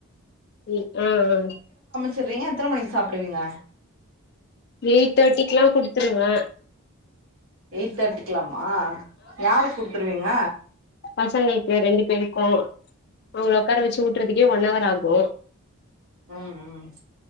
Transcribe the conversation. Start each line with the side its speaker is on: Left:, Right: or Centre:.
Left: உம் ஹ் உஹ்
Right: செற்றீங்க எத்தன மணிக்கி சாப்டுவீங்க
Left: எயிட் தேர்ட்டிக்குல்லா குடுத்துருவே
Right: எய்ட் தேர்டிக்லா ஆ யாரு குடுத்ருவீங்க
Left: பசங்கள்கு ரெண்டு பேருக்கு அவுங்ல ஒக்கார வச்சு ஊட்றதுகே ஒன் ஹவர் ஆகு
Right: ம் ம்